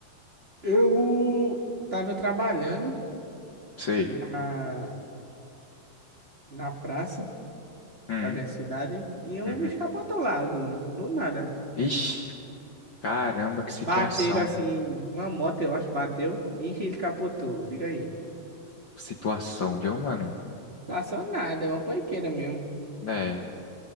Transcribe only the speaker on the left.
Sei.
Hum,
uhum.
Ixi, caramba, que situação.
Situação, viu, mano?
É,